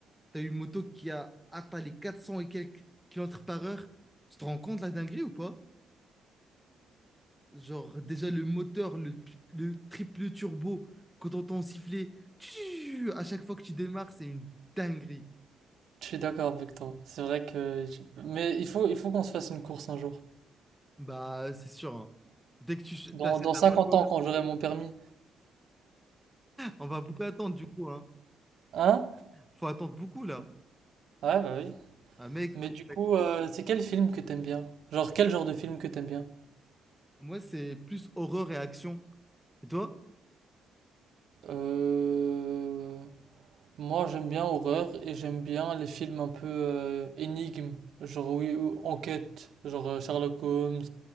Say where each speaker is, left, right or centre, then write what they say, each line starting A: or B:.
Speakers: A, in the centre; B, on the right.
A: T'as une moto qui a atteint les 400 et quelques kilomètres par heure. Tu te rends compte la dinguerie ou pas? Genre, déjà le moteur, le, le triple turbo, quand on t'entend siffler, tchou, à chaque fois que tu démarres, c'est une dinguerie.
B: Je suis d'accord avec toi. C'est vrai que, je- mais il faut, il faut qu'on se fasse une course un jour.
A: Bah, c'est sûr. hein. Dès que tu ch-
B: Dans,
A: t'achètes
B: dans
A: ta
B: 50
A: moto,
B: ans, quand j'aurai mon permis.
A: on va beaucoup attendre du coup. Hein.
B: Hein?
A: Faut attendre beaucoup là.
B: Ouais, bah oui.
A: Un mec,
B: Mais
A: faut...
B: du coup, euh, c'est quel film que t'aimes bien? Genre, quel genre de film que t'aimes bien?
A: Moi, c'est plus horreur et action. Et toi?
B: Euh, Moi, j'aime bien horreur et j'aime bien les films un peu euh, énigmes, genre oui, ou enquête, genre euh, Sherlock Holmes,